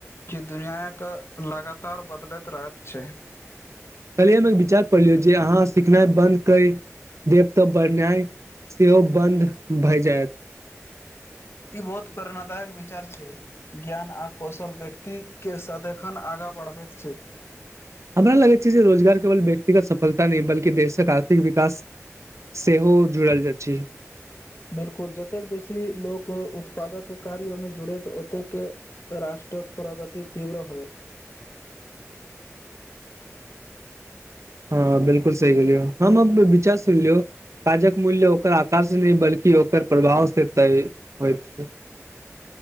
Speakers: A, on the left; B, on the right.
A: कि दुनियाक लगातार बदलैत रहत छै।
B: कलियै अम एक बिचार पढ़लियै जे अहाँ सिखनै बन्द कय देब तऽ बढ़नाइ सेहो बन्द भय जायत।
A: ई बओत प्रेरणादायक बिचार छै। ज्ञान आ कौशल व्यक्ती के सदैखन आगाँ बढ़बैत छै।
B: हमरा लगैत छै जे रोजगार केवल ब्यक्तिगत सफलता नै बल्कि देशक आर्थिक विकास सेहो जुड़ल जै छै।
A: बिलकुल, जतेक बेसी लोक उत्पादक कार्य में जुडे़त ओतेके राष्ट्रक प्रगति तीव्र होयत।
B: हँ, बिलकुल सही गेलियौ अहाँ, हम ऽप विचार सुइन लियौ। काजक मूल्य ओकर आकार से नै, बल्कि ओकर प्रभाव से तय होइ-होइत छै।